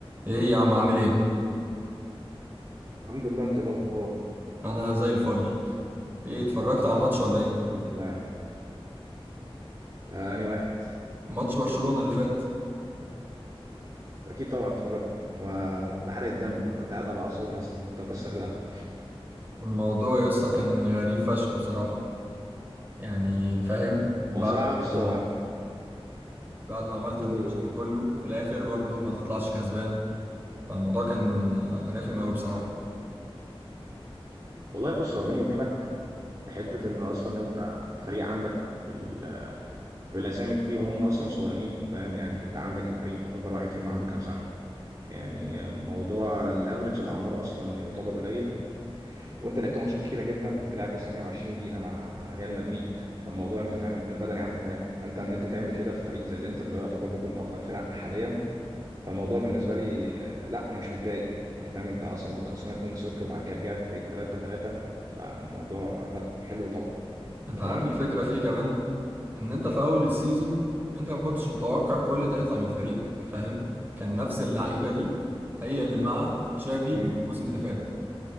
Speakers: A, on the right; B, on the right.
A: ايه يا عم عامل ايه
B: الحمد لله انت ايه الاخبار
A: انا زي الفل ايه اتفرجت على الماتش ولا ايه
B: الحمد لله يا عم آه، انهي واحد
A: ماتش برشلونة اللي فات
B: اكيد طبعا اتفرجت وده حرق الدم انا كنت قاعد على اعصابي اصلا كنت اكسر القهوه
A: الموضوع يسطا كان غريب فشخ بصراحة يعني فاهم بعد
B: هو صراحه بص
A: ما
B: هو
A: بعد ما عملت
B: قول
A: الماتش
B: قول
A: ده كله في الاخر برضو ما تطلعش كسبان فالموضوع كان آه، رخم قوي بصراحة
B: والله بص هو بيني وبينك حته ان اصلا انت فريق عندك بال... بالاسامي دي وهم اصلا صغيرين فاهم يعني انت عندك الفريق اكبر واحد فيهم عنده كام سنه يعني موضوع الافرج الاعمار اصلا يعتبر قليل وانت لعبت ماتشات كتيره جدا كنت لاعب لسه 120 دقيقه مع ريال مدريد فالموضوع انت فاهم انت البدني عندك واقع فانت ان انت تعمل كده في فريق زي الانتر اللي هو يعتبر برضه من اقوى الفرق حاليا فالموضوع بالنسبه لي آه، لا انا مش متضايق انت فاهم انت اصلا كنت خسران 2-0 وبعد كده رجعت بقيت 3-3 فالموضوع لا حلو طبعا
A: انت
B: انت
A: عارف
B: فاهم
A: الفكرة في ايه كمان ان انت في اول السيزون انت ما كنتش متوقع كل ده يطلع من فريقك فاهم كان نفس اللعيبة دي هي اللي مع تشافي
B: امم
A: الموسم اللي فات